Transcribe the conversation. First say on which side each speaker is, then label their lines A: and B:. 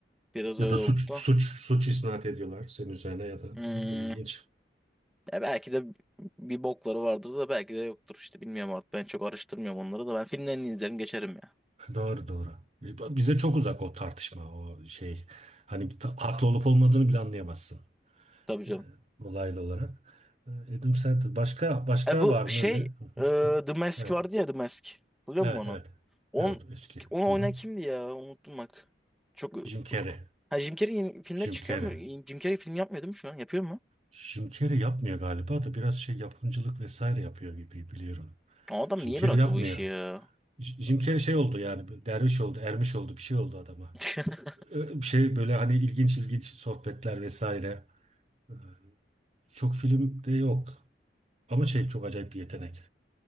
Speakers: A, in the centre; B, on the right.
A: Biraz
B: Ya
A: öyle
B: da
A: oldu
B: suç
A: da.
B: suç suç isnat ediyorlar senin üzerine ya da
A: Hmm.
B: ne bileyim ilginç.
A: Ya belki de bir bokları vardır da belki de yoktur işte bilmiyorum artık. Ben çok araştırmıyorum onları da. Ben filmlerini izlerim geçerim ya.
B: Doğru doğru. Bize çok uzak o tartışma o şey. Hani ta- haklı olup olmadığını bile anlayamazsın.
A: Tabii canım.
B: e, olaylı olarak. E, Adam Sandler. Başka başka
A: E bu
B: var mı
A: şey
B: öyle? <laughs>
A: e, The Mask
B: Evet.
A: vardı ya The Mask. Biliyor
B: Evet
A: musun onu?
B: evet.
A: On,
B: Evet eski.
A: onu
B: Hı
A: oynayan
B: hı.
A: kimdi ya? Unuttum bak. Çok
B: Jim Carrey.
A: ha, Jim Carrey yeni filmler
B: Jim
A: çıkıyor
B: Carrey.
A: mu? Jim Carrey film yapmıyor değil mi şu an? Yapıyor mu?
B: Jim Carrey yapmıyor galiba da biraz şey yapımcılık vesaire yapıyor gibi biliyorum.
A: O adam
B: Jim
A: niye
B: Carrey
A: bıraktı
B: yapmıyor.
A: bu işi ya?
B: J- Jim Carrey şey oldu yani bir derviş oldu, ermiş oldu bir şey oldu adama.
A: <laughs>
B: Ö- Bir şey böyle hani ilginç ilginç sohbetler vesaire. Ee, Çok filmde yok. Ama şey çok acayip bir yetenek.